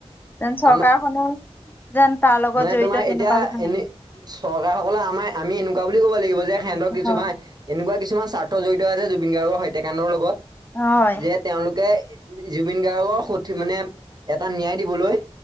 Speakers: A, on the left; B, on the right.
A: যেন চৰকাৰ
B: আমাৰ
A: খনৰ যেন তাৰ লগত
B: মানে
A: জড়িত
B: তোমাৰ
A: তেনেকুৱা
B: এতিয়া
A: কথা
B: এনে চৰকাৰ সকলে আমাৰ আমি এনেকুৱা বুলি ক'ব লাগিব যে সিহঁতক কিছুমান
A: হয়
B: এনেকুৱা কিছুমান স্বাৰ্থ জড়িত আছে জুবিন গাৰ্গৰ হত্যাকাণ্ডৰ লগত
A: হয়।
B: যে তেওঁলোকে জুবিন গাৰ্গৰ সঠ মানে এটা ন্যায় দিবলৈ